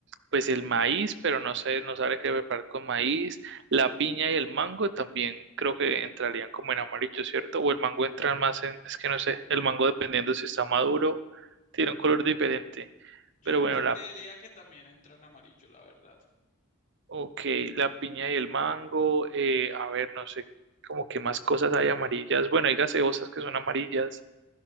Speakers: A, on the right; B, on the left.
A: pues el maíz, pero no sé, no sabe qué preparar con maíz. La piña y el mango también creo que entrarían como en amarillo, ¿cierto? O el mango entra más en, es que no sé, el mango dependiendo si está maduro, tiene un color diferente.
B: Yo,
A: Pero bueno,
B: yo
A: la
B: creería que también entra en amarillo, la verdad.
A: Ok, la piña y el mango. eh, a ver, no sé, como que más cosas hay amarillas. Bueno, hay gaseosas que son amarillas.